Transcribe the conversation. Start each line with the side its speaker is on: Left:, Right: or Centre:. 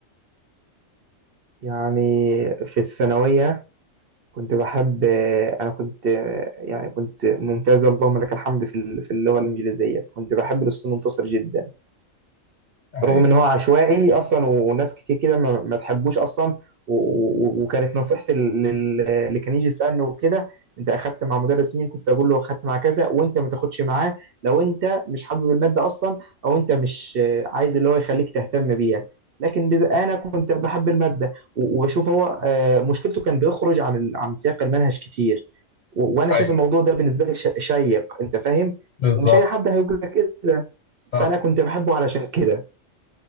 Right: يعني في الثانويه كنت بحب آه، انا كنت آه، يعني كنت ممتاز اللهم لك الحمد في ال- في اللغه الانجليزيه فكنت بحب الاستاذ منتصر جدا
Left: أيوه
Right: رغم ان هو عشوائي اصلا وناس كتير كده ما, ما تحبوش اصلا و- و- وكانت نصيحتي لل- لل- اللي كان يجي يسالني وكده انت اخدت مع مدرس مين كنت اقول له اخدت مع كذا وانت ما تاخدش معاه لو انت مش حابب الماده اصلا او انت مش آه، عايز اللي هو يخليك تهتم بيها لكن بز- انا كنت بحب الماده و- واشوف هو آه، مشكلته كان بيخرج عن ال- عن سياق المنهج كتير و- وانا
Left: أيوه
Right: شايف الموضوع ده بالنسبه لي ش- شيق انت فاهم
Left: بالظبط
Right: ومش اي حد هيبقى كده فانا
Left: صح
Right: كنت بحبه علشان كده